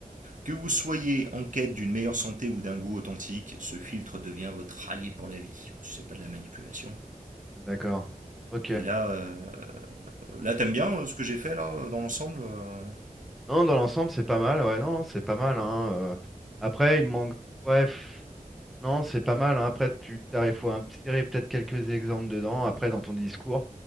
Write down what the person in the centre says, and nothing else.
D'accord. Ok.
Non, dans l'ensemble, c'est pas mal. Ouais, non, c'est pas mal. hein, euh. Après, il me manque. Ouais, pff, non, c'est pas mal. hein. Après, tu t'as- il faut insérer peut-être quelques exemples dedans, après, dans ton discours.